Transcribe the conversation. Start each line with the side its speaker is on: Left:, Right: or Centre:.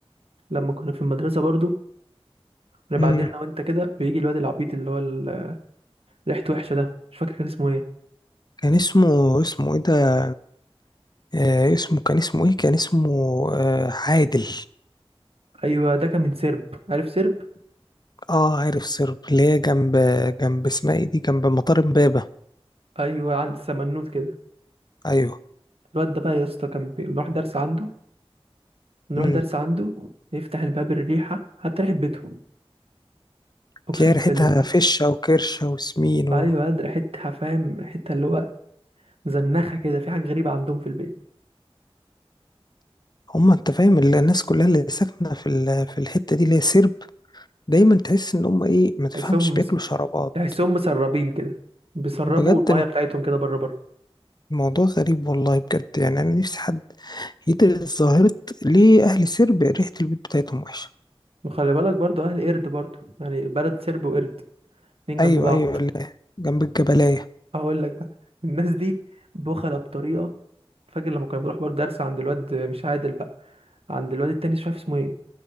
Right: لما كنا في المدرسه برضه يعني
Left: امم
Right: بعدين انا وانت كده بيجي الواد العبيط اللي هو ال- ريحته وحشه ده مش فاكر كان اسمه ايه
Left: كان اسمه اسمه ايه ده آه اسمه كان اسمه ايه كان اسمه آه عادل
Right: ايوه ده كان من سرب عارف سرب
Left: اه عارف سرب اللي هي جنب جنب اسمها ايه دي جنب مطار امبابة
Right: ايوه عند سمنوت كده
Left: ايوه
Right: الواد ده بقى يا اسطى كان بنروح درس عنده نروح
Left: امم
Right: درس عنده يفتح الباب الريحه حتى ريحه بيته اقسم
Left: تلاقي ريحتها
Right: بالله
Left: فشة وكرشة وسمين و...
Right: ايوه ياد ريحتها فاهم ريحتها اللي هو مزنخه كده في حاجه غريبه عندهم في البيت
Left: هم انت فاهم ال- الناس كلها اللي ساكنة في ال... في الحتة دي اللي هي سرب دايما تحس ان هم ايه ما تفهمش
Right: تحسهم
Left: بياكلوا
Right: مس-
Left: شرابات
Right: تحسهم مسربين كده بيسربوا
Left: بجد
Right: الميه بتاعتهم كده بره بره
Left: موضوع غريب والله بجد يعني انا نفسي حد يدرس ظاهرة ليه اهل سربيا ريحة البيت بتاعتهم وحشة
Right: وخلي بالك برضو اهل قرد برضو يعني بلد سرب وقرد اتنين جنب
Left: ايوه
Right: بعض
Left: ايوه اللي جنب الجبلاية
Right: هقول لك بقى الناس دي بخلة بطريقة فاكر لما كنا بنروح برضه درس عند الواد مش عادل بقى عند الواد التاني مش عارف اسمه ايه